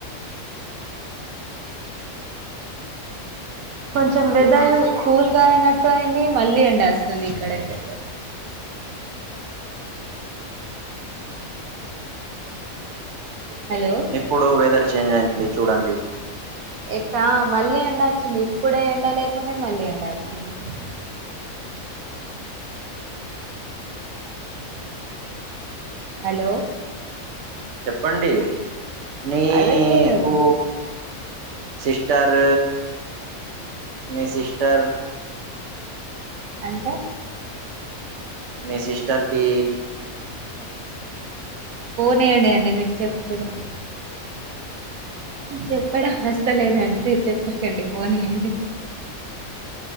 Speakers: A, on the right (about 85°); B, on the right (about 65°).
A: కొంచెం వెదర్ కూల్ గా అయినట్టు అయింది మళ్ళీ ఎండేస్తుంది ఇక్కడైతే హలో
B: ఇప్పుడు వెదర్ చేంజ్ అయింది చూడండి
A: ఇక్క ఆ మళ్ళీ ఎండ వచ్చింది ఇప్పుడే ఎండ లేకుంటే మళ్ళీ ఎండ వచ్చింది హలో
B: చెప్పండి నీకు
A: అదే మీరు
B: సిస్టర్ మీ సిస్టర్
A: అంటే
B: మీ సిస్టర్కి
A: పోనీయండి అండి మీరు చెప్పుడ్ చెప్పడం వస్త లేదంటే చెప్పకండి పోనీయండి